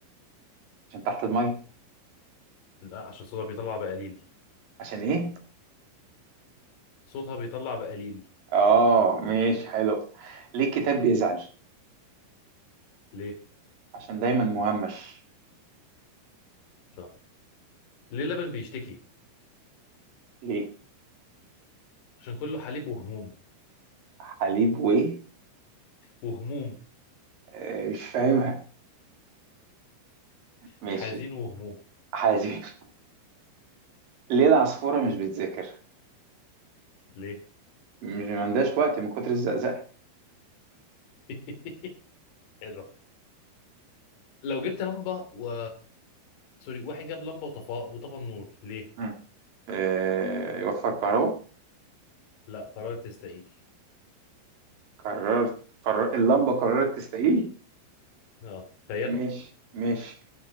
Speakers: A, on the right (about 55°); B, on the left (about 55°).
A: عشان تحت المية
B: لا عشان صوتها بيطلع بقليل
A: عشان إيه؟
B: صوتها بيطلع بقليل
A: اه ماشي حلو ليه الكتاب بيزعل
B: ليه
A: عشان دايما مهمش
B: صح ليه اللبن بيشتكي
A: ليه
B: عشان كله حليب وهموم
A: حليب وايه
B: وهموم
A: آه، مش فاهمها ماشي
B: حزين وهموم
A: حليب <laughs> ليه العصفورة مش بتذاكر
B: ليه؟
A: مش ما عندهاش وقت من كتر الزقزقة
B: <laughs> الرب. لو جبت لمبة و سوري واحد جاب لمبة وطفى وطفى النور ليه؟
A: مم. آه، يوفر كهرباء
B: لا قررت تستقيل
A: قررت قرر اللمبة قررت تستقيل
B: اه تخيل
A: ماشي ماشي